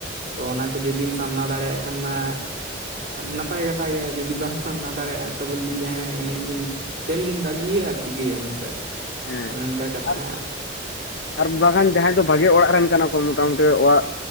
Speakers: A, on the right; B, on the left.
A: ᱛᱚ ᱚᱱᱟ ᱠᱚ ᱡᱩᱫᱤᱢ ᱥᱟᱢᱱᱟ ᱫᱟᱲᱮᱭᱟᱜ ᱠᱷᱟᱱ ᱢᱟ ᱱᱟᱯᱟᱭ ᱠᱟᱛᱷᱟ ᱜᱮ ᱡᱩᱫᱤ ᱵᱟᱢ ᱥᱟᱢᱲᱟᱣ ᱫᱟᱲᱮᱭᱟᱜᱼᱟ ᱛᱚᱵᱮ ᱞᱟᱹᱭᱟ ᱮᱱᱮᱡ ᱜᱮᱧ ᱠᱷᱮᱞ ᱜᱤᱧ ᱵᱷᱟᱹᱜᱤᱭᱟ ᱟᱨ ᱪᱤᱠᱟᱹᱭᱟᱢ ᱦᱮᱸᱥᱮ᱾
B: ᱦᱮᱸ
A: ᱚᱱᱮ ᱚᱱᱠᱟ ᱠᱟᱛᱷᱟ᱾
B: ᱟᱨ ᱟᱨ ᱵᱟᱝᱠᱷᱟᱱ ᱡᱟᱦᱟᱸᱭ ᱫᱚ ᱵᱷᱟᱜᱮ ᱚᱲᱟᱜ ᱨᱮᱱ ᱠᱟᱱᱟ ᱠᱚ ᱢᱚᱴᱟᱢᱩᱴᱤ ᱚᱲᱟᱜ